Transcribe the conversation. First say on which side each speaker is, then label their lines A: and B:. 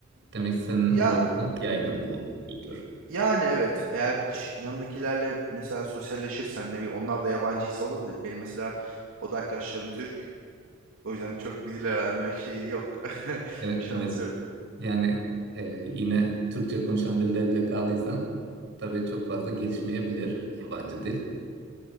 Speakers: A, on the right; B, on the right.
A: Demek ki senin
B: Ya
A: orada da yaygın bu kültür.
B: Yani evet eğer dış, yanındakilerle mesela sosyalleşirsen ne bileyim onlar da yabancıysa olabilir. Benim mesela oda arkadaşlarım Türk. O yüzden çok bir dil öğrenmek şeyi yok. <laughs>
A: Evet,
B: Şansı
A: evet.
B: yok.
A: Yani e, yine Türkçe konuşan birileriyle kaldıysan tabii çok fazla gelişmeyebilir yabancı dil.